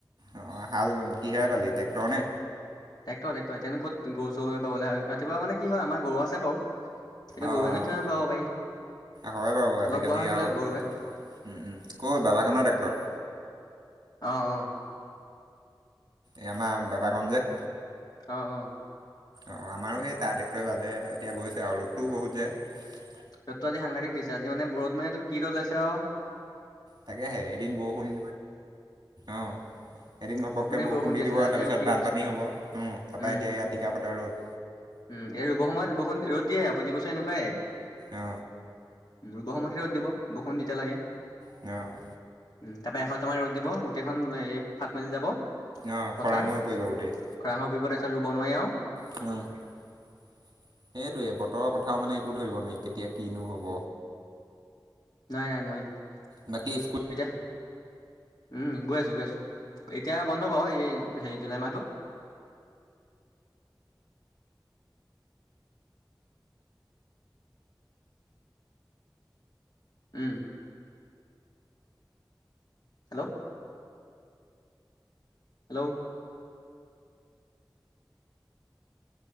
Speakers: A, on the right; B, on the left.
A: অ হাল কিহেৰে বালি ট্ৰেক্টৰ নে
B: টেক্টৰ টেক্টৰ এতিয়ানো ক'ত গৰু তৱে ৰাতিপুৱা মানে কি হয় আমাৰ গৰু আছে বাৰু কিন্তু
A: অঁ
B: গৰুৱেনো কিমান পাব পাৰি-
A: হয় বাৰু আজিকালি
B: অলপ বোৱা হৈছিলে
A: আও উম
B: গৰুৱে
A: বাবাকানৰ ট্ৰেক্টৰ।
B: অহ অহ।
A: এ আমাৰ বাবাগন যে
B: অ অ
A: অঁ আমাৰো সেই তাৰ ট্ৰেক্টৰে বালে এতিয়া গৈছে আৰু ৰ'দটোও বহুত যায়-
B: ৰ'দতটো আজি সাংঘাটিক দিছে আজি মানে ৰ'দ মানেটো কি ৰ'দ উলাইছে আও
A: তাকে হে এদিন বৰষুণ অহ এদিন ঘপকে
B: বৰষুণে
A: বৰষুণ দি
B: আছিলে
A: দিব
B: আজি
A: তাৰপিছত
B: আকৌ কি
A: বানপানী
B: ৰ'দ দিছে
A: হব উম তাৰ পৰা
B: উম
A: এতিয়া ইয়া টিকা ফটা ৰ'দ।
B: উম এই ৰুব সময়ত ব বৰষুণ ৰ'দ দিয়ে প্ৰতি বছৰে এনেকুৱাই।
A: অ
B: মো ৰুব সময়ত'হে ৰ'দ দিব বৰষুণ যেতিয়া লাগে।
A: তেওঁ <unintelligible>
B: উম তাৰপৰা এসপ্তাটামান ৰ'দ দিব গোটেইখন এই ফাট মেলি যাব।
A: অ
B: পথাৰ
A: খৰাং হৈ পৰিব গোটেই-
B: খৰাং হৈ পৰিব তাৰপিছত ৰুব নোৱাই‌ আও।
A: সেইটোৱে বতৰৰ কথাও মানে একো ধৰিব নোৱাৰি কেতিয়া কিনো হ'ব।
B: নাই নাই নোৱাৰি
A: বাকী স্কুল
B: এতিয়া উম গৈ আছো গৈ আছো এতিয়া বন্ধ পাব এই হে জুলাই মাহটো
A: আ <inaudible>
B: উম। হেল্ল'। হেল্ল'